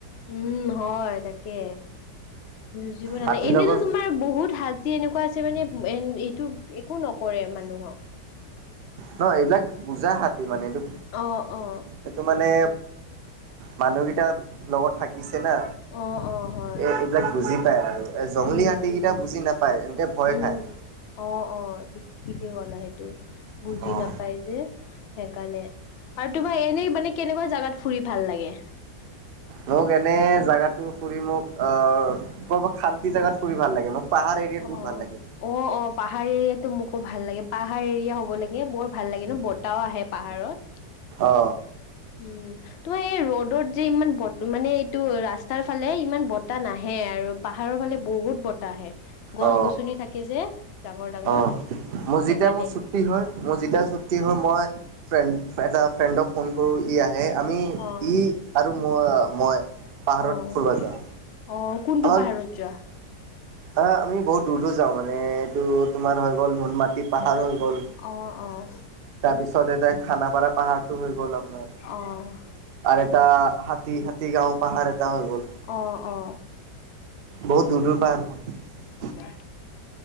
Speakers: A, on the left (about 80°); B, on the right (about 75°).
A: উম হয় তাকে যুঁজিব নালাগে
B: হাতীৰ
A: এনেতো
B: লগত
A: তোমাৰ বহুত হাতী এনেকুৱা আছে মানে এ এইটো একো নকৰে মানুহক
B: নহ এইবিলাক বুজা হাতী মানে এইটো
A: অ অ
B: এইটো মানে মানুহ ত লগত থাকিছে না।
A: অ অ হয়
B: এ এইবিলাক বুজি পায় আৰু এ জংলী
A: উম
B: হাতী
A: উম
B: কেইটা বুজি নাপায় এন্ততে ভয়
A: উম
B: খায়
A: অ অ ঠিকে কলা সেইটো বুজি
B: অ
A: নাপাই যে সেইকাৰণে আৰু তোমাৰ এনেই মানে কেনেকুৱা জেগাত ফুৰি ভাল লাগে
B: মোক এনে জোগাতো ফুৰি মোক আহ কৰবাত শান্তি জোগাত ফুৰি ভাল লাগে মোক পাহাৰ এৰিয়াত
A: অ
B: বহুত ভাল লাগে
A: অ অ পাহাৰ মোকো ভাল লাগে পাহাৰ এৰিয়া হ'ব লাগে বৰ ভাল লাগে ন বতাহও আহে পাহাৰত
B: অ
A: উম তো এই ৰ'দত যে ইমান ব মানে এইটো ৰাস্তাৰ ফালে ইমান বতাহ নাহে আৰু আৰু পাহাৰৰ ফালে বহুত বতাহ আহে গছ
B: অ
A: গছনি থাকে যে ডাঙৰ ডাঙৰ
B: অ মোৰ
A: সেইকাৰণে
B: যেতিয়া মোৰ ছুক্তি হয় মোৰ যেতিয়া ছুটি হয় মই ফ্ৰেণ্ড এটা ফ্ৰেণ্ডক ফোন কৰো ই আহে আহে আমি ই
A: অ',
B: আৰু ম মই পাহাৰত
A: অ',
B: ফুৰিব যাওঁ।
A: অ কোনটো
B: আমাক
A: পাহাৰত যোৱা।
B: আহ আমি বহুত দূৰ দূৰ যাওঁ মানে এইটো তোমাৰ হৈ গ'ল নুনমাটি পাহাৰ হৈ গ'ল।
A: অ', অ',
B: তাৰ পিছত এতিয়া খানাপাৰা পাহাৰতটো হৈ গ'ল আপোনাৰ
A: অ',
B: আৰু এটা হাতী হাতীগাঁও। পাহাৰ এটা হৈ গল
A: অ', অ',
B: বহুত দূৰ দূৰ পাহাৰ হল।
A: ন নাই।